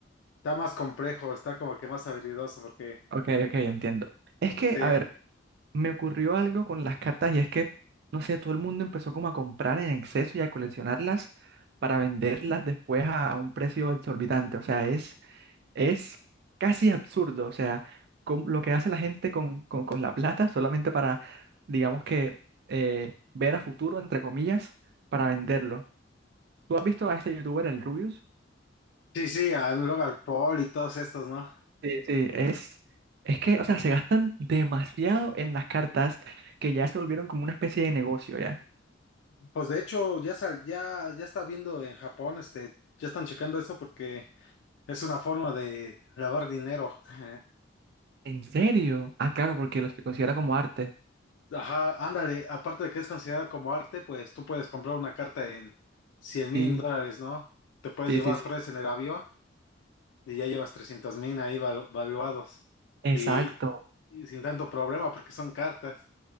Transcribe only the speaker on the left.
está más complejo, está como que más habilidoso, porque
te-
Sí, sí, a Logan Paul y todos estos, ¿no?
Pues de hecho, ya, sal- ya, ya está viendo en Japón, este, ya están checando eso porque es una forma de lavar dinero. <laughs>
Ajá, ándale, aparte de que es considerado como arte, pues tú puedes comprar una carta en cien mil
dólares, ¿no? Te puedes
llevar
tres en el avión y ya llevas trescientos mil ahí valu- valuados.
Y, y sin tanto problema porque son cartas.